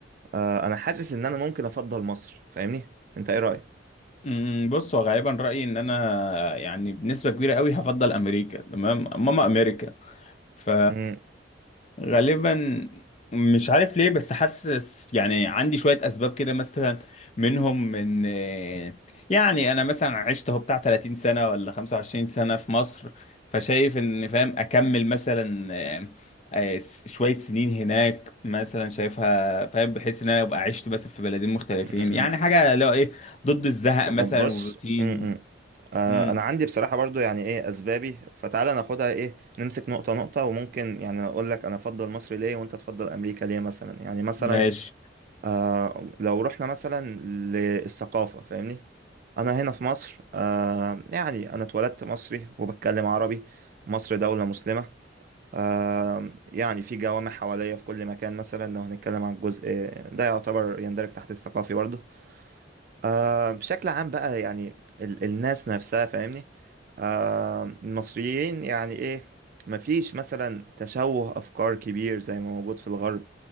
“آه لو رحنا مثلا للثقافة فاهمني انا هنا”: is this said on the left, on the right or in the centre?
Right